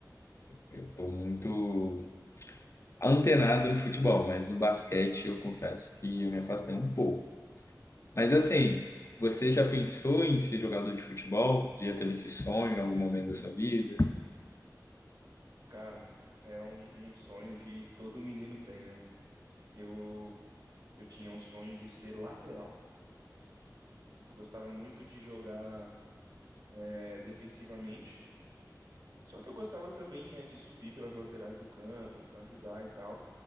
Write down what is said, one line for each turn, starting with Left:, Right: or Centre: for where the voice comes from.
Left: Eu tô muito antenado no futebol, mas no basquete eu confesso que eu me afastei um pouco. Mas assim, você já pensou em ser jogador de futebol? Já teve esse sonho em algum momento da sua vida?
Right: Cara, é um, um sonho que todo menino tem, né? Eu, eu tinha um sonho de ser lateral. Eu gostava muito de jogar é, defensivamente, só que eu gostava também, né, de subir pelas laterais do campo para ajudar e tal.